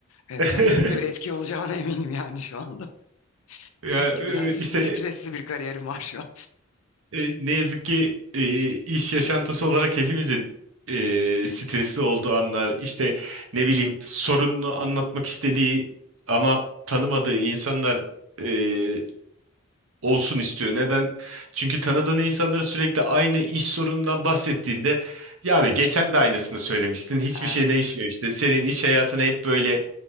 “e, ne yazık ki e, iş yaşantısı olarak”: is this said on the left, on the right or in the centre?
Right